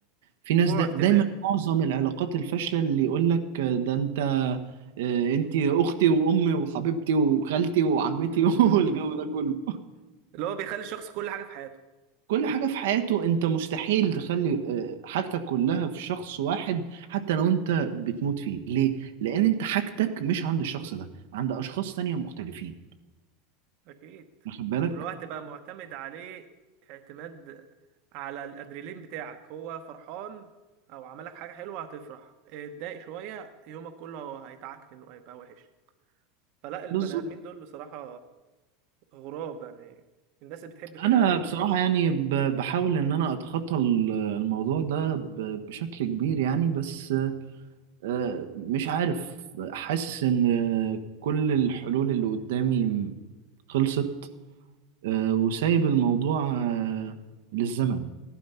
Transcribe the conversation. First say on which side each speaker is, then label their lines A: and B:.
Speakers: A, on the right; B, on the right.
A: في ناس
B: جوع
A: دا
B: اهتمام
A: دايما معظم العلاقات الفاشلة اللي يقول لك ده انت اه، انت اختي وامي وحبيبتي وخالتي وعمتي
B: مم.
A: <laughs> والجو
B: <laughs>
A: ده كله
B: اللي هو بيخلي الشخص كل حاجه في حياته
A: كل حاجة في حياته انت مستحيل تخلي اه، حاجتك كلها في شخص واحد حتى لو انت بتموت فيه ليه؟ لان انت حاجتك مش عند الشخص ده عند اشخاص تانية مختلفين
B: اكيد
A: واخد بالك؟
B: ولو هتبقى معتمد عليه اعتماد على الادريلين بتاعك هو فرحان او عملك حاجه حلوه هتفرح اتضايق شويه يومك كله هو هيتعكن وهيبقى وحش فلا البني
A: بالظبط
B: ادمين دول بصراحه غراب يعني الناس اللي بتحب كده
A: انا بصراحه يعني ب- بحاول ان انا اتخطى ال- الموضوع ده ب- بشكل كبير يعني بس آه، مش عارف حاسس ان آه، كل الحلول اللي قدامي خلصت آه، وسايب الموضوع آه، للزمن